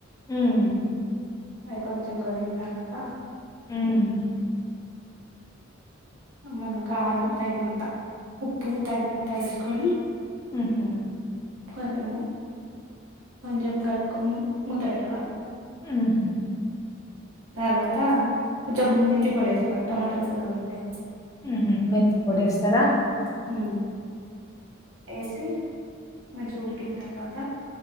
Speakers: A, on the left (about 15°); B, on the right (about 80°).
A: హ్మ్
B: అవికొంచెం గోలిన తర్వాత
A: హ్మ్
B: మన కారం తగినంత ఉప్పు తగినంత ఏసు కొని
A: ఊహు
B: కొంచెం కొంచెం కలుపుకొని మూత పెట్టుకోవాలి
A: హ్మ్
B: తర్వాత కొంచెం మెంతిపొడి వేసుకోవాలి టమాటాలు పుల్లగా ఉంటాయి
A: ఉహు మెంతిపొడి ఏస్తారా
B: హ్మ్ ఏసి మంచిగ ఉడికిన తర్వాత